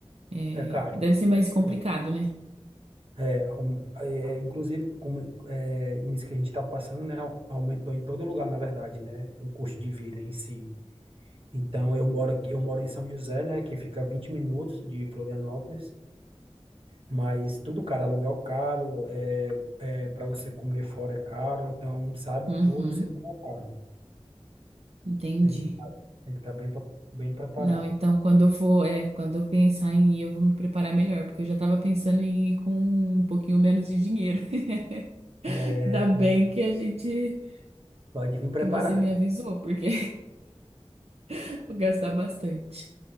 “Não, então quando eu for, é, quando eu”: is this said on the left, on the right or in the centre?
Right